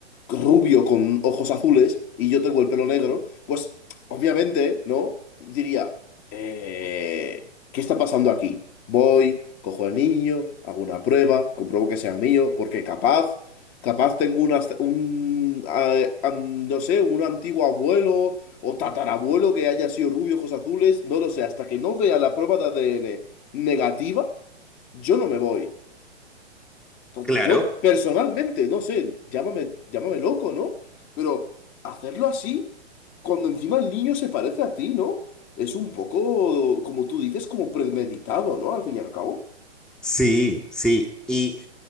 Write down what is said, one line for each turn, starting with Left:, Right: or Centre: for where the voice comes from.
Left: rubio con ojos azules y yo tengo el pelo negro, pues obviamente, ¿no? Diría eh, ¿qué está pasando aquí? Voy, cojo al niño, hago una prueba, compruebo que sea mío, porque capaz, capaz tengo una, un, ah, am- no sé, un antiguo abuelo o tatarabuelo que haya sido rubio, ojos azules, no lo sé, hasta que no vea la prueba de ADN negativa, yo no me voy. Entonces,
Centre: Claro,
Left: yo personalmente, no sé, llámame, llámame loco, ¿no? Pero hacerlo así, cuando encima el niño se parece a ti, ¿no? Es un poco, como tú dices, como premeditado, ¿no? Al fin y al cabo.
Centre: Sí, sí. Y